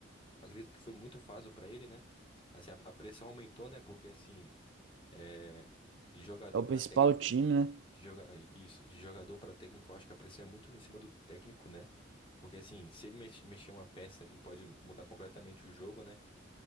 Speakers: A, on the left; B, on the right.
A: Acredito que foi muito fácil para ele, né? Assim, a, a pressão aumentou, né? Porque assim, é, de jogador
B: É o
A: para
B: principal
A: técnico,
B: time, né?
A: de joga... isso, de jogador para técnico, eu acho que a pressão é muito em cima do técnico, né? Porque assim, se ele mex- mexer uma peça ali, pode mudar completamente o jogo, né?